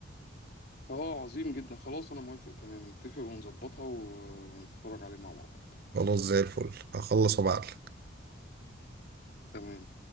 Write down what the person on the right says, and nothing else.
خلاص زي الفل هخلص وابعتلك